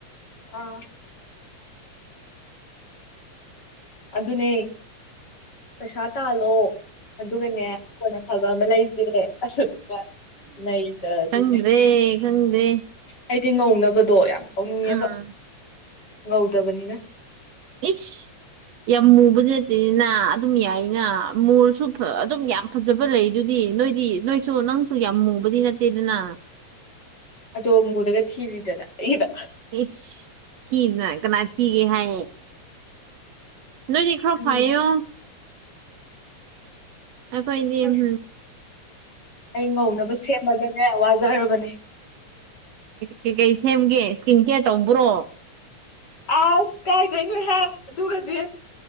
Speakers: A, on the left; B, on the right.
A: ꯑ ꯑꯗꯨꯅꯦ ꯄꯩꯁꯥ ꯇꯥꯜꯂꯣ ꯑꯗꯨꯒꯅꯦ ꯀꯣꯟꯅ ꯐꯕ ꯑꯃ ꯂꯩꯁꯦ ꯑꯁ ꯅꯗ ꯁꯤ
B: ꯈꯪꯗ꯭ꯔꯦ
A: ꯏꯦ
B: ꯈꯪꯗ꯭ꯔꯦ
A: ꯑꯩꯗꯤ ꯉꯧꯅꯕꯗꯣ ꯌꯥꯝ ꯇꯧꯅꯤꯡꯉꯦꯕ
B: ꯑꯥ
A: ꯉꯧꯗꯕꯅꯤꯅ
B: ꯏꯁ ꯌꯥꯝ ꯃꯨꯕꯗꯤ ꯅꯠꯇꯦꯅꯤꯅ ꯑꯗꯨꯝ ꯌꯥꯏꯅ ꯃꯣꯜꯁꯨ ꯑꯗꯨꯝ ꯌꯥꯝ ꯐꯖꯕ ꯂꯩ ꯑꯗꯨꯗꯤ ꯅꯣꯏꯗꯤ ꯅꯣꯏꯁꯨ ꯅꯪꯁꯨ ꯌꯥꯝ ꯃꯨꯕꯗꯤ ꯅꯠꯇꯦꯗꯅ
A: ꯑꯗꯣꯝ ꯃꯨꯔꯒ ꯊꯤꯔꯤꯗꯅ ꯑꯩꯒꯤꯗ
B: ꯏꯁꯁ ꯁꯤꯤꯅ ꯀꯅꯥ ꯊꯤꯒꯦ ꯍꯥꯏꯌꯦ ꯅꯗꯤ ꯈꯣ
A: ꯈꯪꯗꯦ
B: ꯐꯥꯏꯌꯣ ꯑꯈ ꯏꯅꯝ
A: ꯈꯪꯗꯦ ꯑꯩ ꯉꯧꯅꯕ ꯁꯦꯝꯃꯗꯅꯦ ꯋꯥꯖꯔꯕꯅꯦ
B: ꯀꯩꯀꯩ ꯁꯦꯝꯒꯦ ꯏꯁꯀꯤꯟ ꯀꯦꯌꯔ ꯇꯧꯕ꯭ꯔꯣ
A: ꯑꯁ ꯀꯥꯏꯗꯣꯏꯅꯣ ꯍꯥꯏ ꯑꯗꯨꯒꯗꯤ